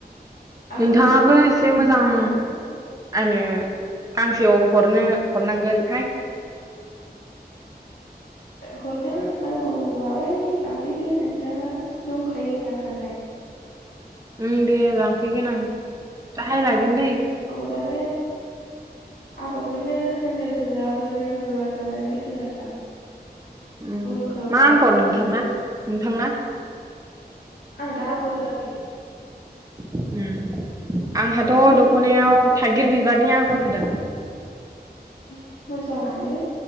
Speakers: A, on the left; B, on the right.
A: आगर
B: नोंथाङाबो
A: गैया
B: एसे
A: नोंथां
B: मोजां
A: आंना एसे
B: आनो गांसेयाव हरनो हरनांगोन हाय
A: ओ हरगोन नांगौबालाय लांफैदो नोंथाङा दंखायो दाखानाय
B: उम दे लां फैगोन आं दाहाय लाय गोन दै
A: रानो आगरखौनो होनो होआ होनो होआ जानानै होआसै आं
B: ओम
A: उनफ्राव
B: मा
A: दानाय
B: आंगर
A: खनसे
B: नोंथांना नोंथांना?
A: आं दा आगर होआखै
B: ओम आंहाथ'
A: बे
B: दख'नायाव थाइगिर बिबारनि आगर होदों
A: ओम मोजाङानो